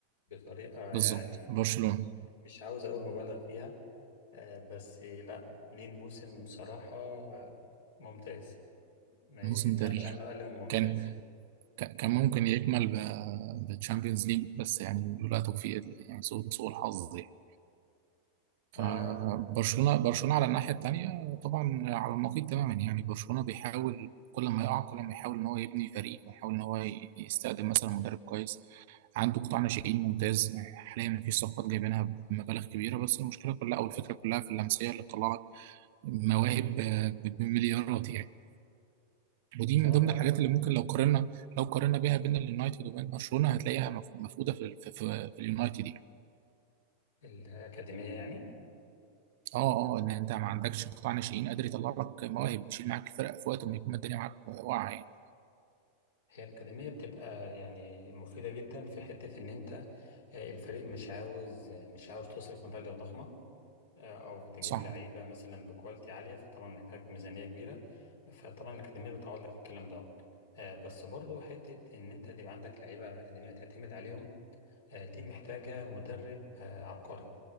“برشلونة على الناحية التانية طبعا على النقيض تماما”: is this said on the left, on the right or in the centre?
Right